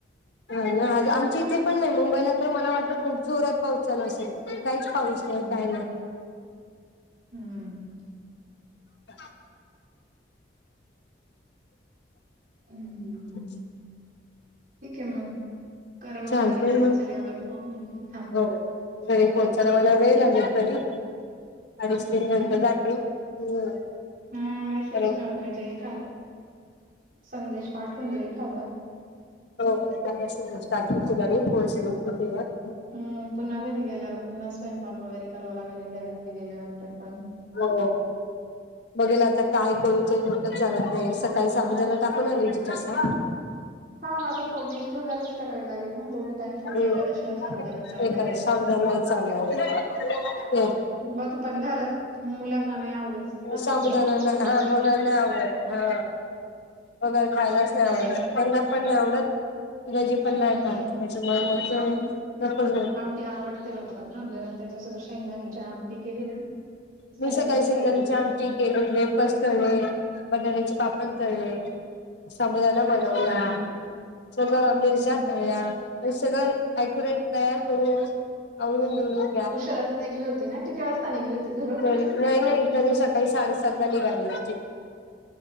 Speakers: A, on the left (about 70°); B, on the right (about 50°).
A: हा ना आज आमच्या इथे पण नाही मुंबईला तर मला वाटत खूप जोरात पाऊस चालू असेल. काहीच पाऊस नाही
B: हम्म
A: काय नाही
B: हम्म.
A: <inaudible>
B: हम्म
A: त <unintelligible>
B: ठीक आहे मग कर मग
A: चालतंय
B: घरी पोहोचल्यावर
A: मग
B: फोन मी थांब
A: हो घरी पोहोचायला मला वेळ लागेल तरी अडीच,
B: हो
A: तीन
B: का
A: नंतर जातील. हम्म
B: हा मेसेज
A: कारण
B: म्हणजे एखा संदेश पाठवून दे एखादा.
A: हो <inaudible> पोचले की तेव्हा.
B: हम् पुन्हा घरी गेल्यावर पुन्हा स्वयंपाक वगैरे करावा लागल एवढ्या रात्री गेल्यानंतर पण.
A: हो बघेल आता काय करूचे डोकेच चालत नाही आहे सट काही साबुदाणा <inaudible>
B: हा मग आता फोडणीची भगरच करावी लागेल ना दोघी टाईम थोडी
A: हम्म
B: एकादशीला साबुदाणा चालणार
A: हे
B: आहे.
A: <inaudible>
B: बघ पण घरात मुलांना नाही आवडत. ना
A: साबुदाणा
B: भगर शक्यतो
A: ना हा
B: ते.
A: भगर नाही आवडत हा. भगर खायलाच
B: हम्म
A: नाही आवडत <unintelligible> पण नाही आवडत. जिजाजी पण
B: हम्म
A: नाही खात त्याच्यामुळे म ते नकोच बोल
B: ते आवडते बाबा भगर अन् त्यांच्यासोबत शेंगदाण्याची आमटी केली ना सगळ्यांची
A: मी सकाळी शेंगदाण्याची
B: फेवरेट आहे.
A: आम टी केली, वेफर्स तळले, बटाट्याचे पापड तळले, साबुदाणा बनवला
B: हम्म
A: सगळं मिरच्या
B: हम्म
A: तळल्या ते सगळं एक्युरेट तयार करून आवरून, बिरून
B: उशिराच निघली होती ना किती वाजता निघली होती घरून?
A: तरी नाही- नाही तरी सकाळी साडे-सातला निघाली होती